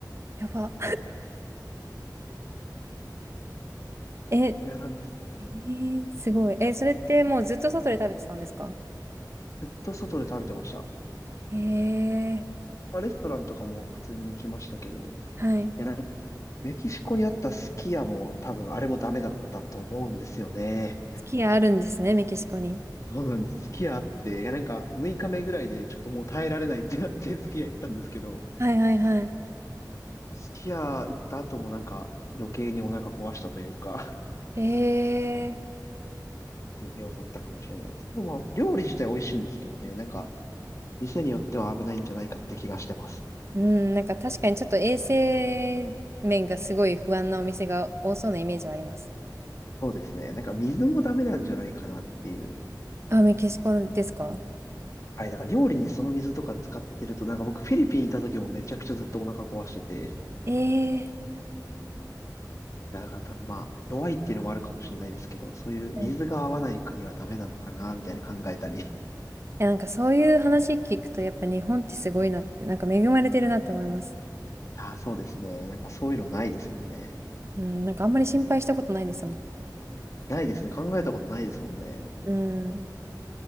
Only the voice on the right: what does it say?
やば。え、え
ーすごい。え、それってもうずっと外で食べてたんですか
えー、
はい。
スキーあるんですね、メキシコに。
はいはいはい。
へえ。
うん、なんか確かにちょっと衛生面がすごい不安なお店が多そうなイメージはあります。
あ、メキシコですか
ええ。
はいい
やなんかそういう話聞くとやっぱ日本ってすごいなって、なんか恵まれてるなって思います。
うん、なんかあんまり心配したことないですもん。
うん。